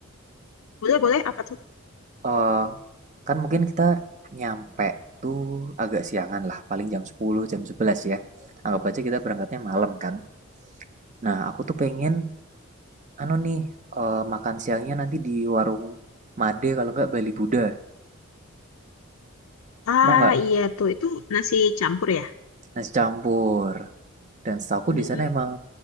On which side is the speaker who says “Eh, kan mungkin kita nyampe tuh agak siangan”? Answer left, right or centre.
Right